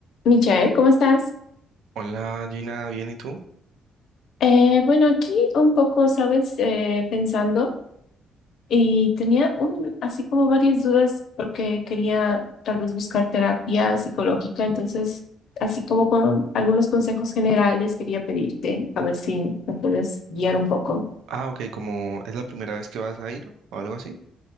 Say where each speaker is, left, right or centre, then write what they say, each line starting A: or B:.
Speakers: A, on the left (about 60°); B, on the right (about 85°).
A: Michael, ¿cómo estás?
B: Hola Gina, ¿bien y tú?
A: Eh, bueno, aquí un poco, ¿sabes? Eh, pensando y tenía un, así como varias dudas porque quería tal vez buscar terapia psicológica, entonces así como con algunos consejos generales quería pedirte a ver si me puedes guiar un poco.
B: Ah, ok, como es la primera vez que vas a ir o algo así.